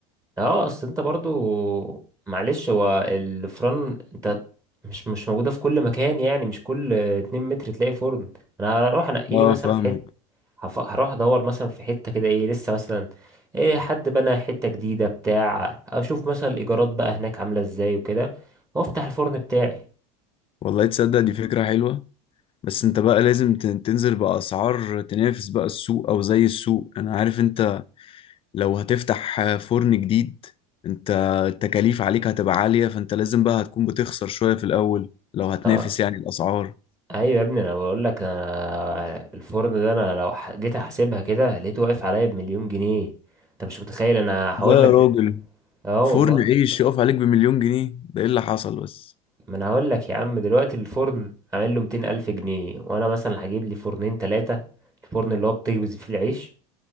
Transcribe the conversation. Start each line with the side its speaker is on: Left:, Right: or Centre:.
Right: اه اصل انت برضو معلش هو الفرن انت مش مش موجودة في كل مكان يعني مش كل اتنين متر تلاقي فرن انا هروح انقي
Left: اه
Right: لي مثلا
Left: فاهمك
Right: حتة هف- هروح ادور مثلا في حتة كده ايه لسه مثلا ايه حد بنى حتة جديدة بتاع اشوف مثلا الايجارات بقى هناك عاملة ازاي وكده وافتح الفرن بتاعي
Left: والله تصدق دي فكرة حلوة بس انت بقى لازم تن- تنزل بأسعار تنافس بقى السوق او زي السوق انا عارف انت لو هتفتح فرن جديد انت التكاليف عليك هتبقى عالية فانت لازم بقى هتكون بتخسر شوية في الاول لو هتنافس
Right: اه
Left: يعني الأسعار
Right: ايوه يا ابني انا بقول لك انا الفرن ده انا لو ح- جيت احسبها كده لقيته واقف عليا بمليون جنيه انت مش متخيل انا هقول
Left: لا يا
Right: لك دل-
Left: راجل
Right: اه
Left: فرن
Right: والله
Left: عيش يقف عليك بمليون جنيه ده ايه اللي حصل بس
Right: ما انا هقول لك يا عم دلوقتي الفرن عامل له 200 الف جنيه وانا مثلا هجيب لي فرنين ثلاثه الفرن اللي هو بتخبز فيه العيش